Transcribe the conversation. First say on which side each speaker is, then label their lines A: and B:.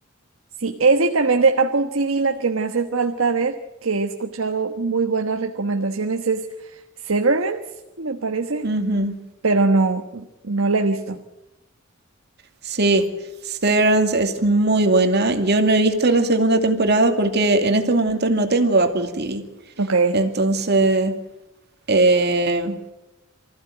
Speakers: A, on the right (about 80°); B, on the right (about 50°).
A: Sí, ese y también de Apple TV, la que me hace falta ver, que he escuchado muy buenas recomendaciones, es Severance, me parece,
B: Ujú.
A: pero no, no la he visto.
B: Sí, Severance es muy buena. Yo no he visto la segunda temporada porque en estos momentos no tengo Apple TV.
A: Ok.
B: Entonces, eh,